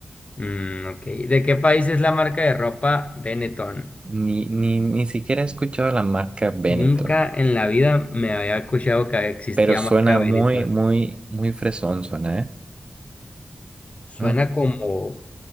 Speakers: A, on the left; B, on the right.
A: Mm, ok. ¿De qué país es la marca de ropa Benetton?
B: Ni, ni, ni siquiera he escuchado la marca Benetton,
A: Nunca en la vida me había escuchado que existía
B: pero suena
A: marca Benetton.
B: muy, muy, muy fresón, suena, ¿eh?
A: Suena
B: Mm.
A: como,